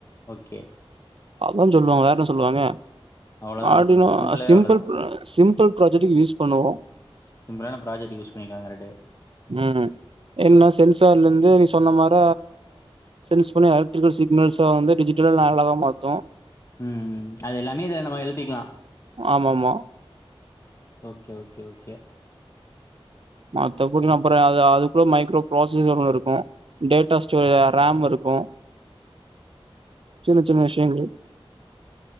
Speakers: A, on the left; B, on the right.
A: ஓகே
B: அதா சொல்லுவங்க வேற என்ன சொல்லுவாங்க
A: அவ்ளோதா
B: ஆர்டினோ
A: அது அது சிம்பிளாவே
B: சிம்பிள்
A: அவ்ளோதா
B: சிம்பிள் ப்ராஜெக்ட்டுக்கு யூஸ் பண்ணுவோ
A: சிம்பிளான ப்ராஜக்ட் யூஸ் பண்ணிக்கலா கரெட்டு
B: ம் என்ன சென்சார்ல இருந்து நீ சொன்ன மார சென்ஸ் பண்ணி எடு இங்க சிக்னல்ஸா வந்து டிஜிட்டல வேலதா பாத்தோ
A: ம் ம் அது எல்லாமே இதுல நம்ம எழுத்திக்கலா
B: ஆமா ஆமா
A: ஓகே ஓகே ஓகே
B: மத்தபடி நம்பரே அது அதுக்குள்ள மைக்ரோ ப்ராசஸர் ஒன்னு இருக்கு டேட்டா ஸ்டோரே ரேம் இருக்கு சின்ன சின்ன விஷயங்கள்